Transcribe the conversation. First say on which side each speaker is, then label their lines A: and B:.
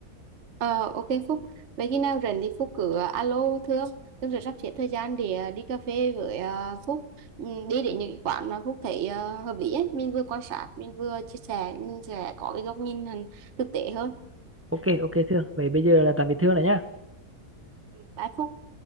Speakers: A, on the right; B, on the right.
A: ờ, ok Phúc vậy khi nào rảnh thì Phúc cứ ờ, alo Thương Thương sẽ sắp xếp thời gian để ờ, đi cà phê với ờ, Phúc ừ, đi đến những cái quán mà Phúc thấy ờ, hợp lý ấy mình vừa quan sát mình vừa chia sẻ mình sẽ có cái góc nhìn hẳn thực tế hơn
B: ok ok Thương vậy bây giờ là tạm biệt Thương rồi nhá
A: bye Phúc